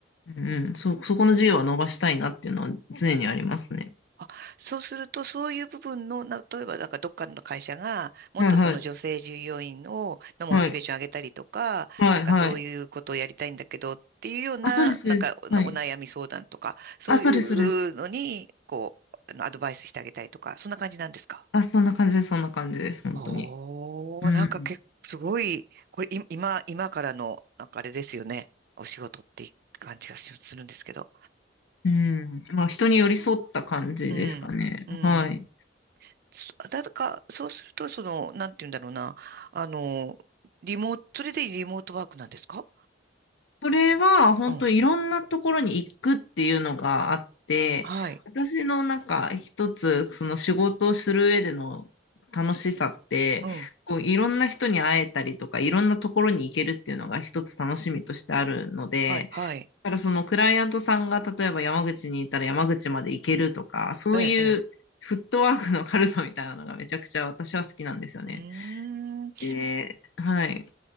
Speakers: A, on the left; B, on the right.
A: うんうん、そ、そこの授業は伸ばしたいなっていうのは常にありますね。
B: あ、そうすると、そういう部分の、な、例えばなんかどっかの会社が、もっとその女性従業員を、
A: はいはい。
B: のモチベーション上げたりとか、
A: はい。はいはい。
B: なんかそういうことをやりたいんだけどっていうような、
A: あ、そうです、
B: なんかお、
A: そうです。はい。
B: お悩み相談とか、そういうのに、
A: あ、そうです、そうです。
B: こう、あの、アドバイスしてあげたりとか、そんな感じなんですか
A: あ、そんな感じです、そんな感じです、本当に。
B: おー、
A: うん。
B: なんか結構すごい、これい今、今からの、なんかあれですよね。お仕事っていう感じがしするんですけど。
A: うん。まあ、人に寄り添った感じですかね。
B: うん、うん。
A: はい。
B: そだか、そうすると、その、なんて言うんだろうな。あの、リモート、それでリモートワークなんですか
A: それは本当いろんなところに行くっていうのがあって、
B: うん。はい。
A: 私のなんか一つその仕事をする上での楽しさって、
B: うん。
A: こういろんな人に会えたりとか、いろんなところに行けるっていうのが一つ楽しみとしてあるので、
B: はい、はい。
A: だからそのクライアントさんが例えば山口にいたら山口まで行けるとか、そういうフットワークの軽さみたいなのがめちゃくちゃ私は好きなんですよね。
B: ええ、ええ。うん。うーん
A: で、はい。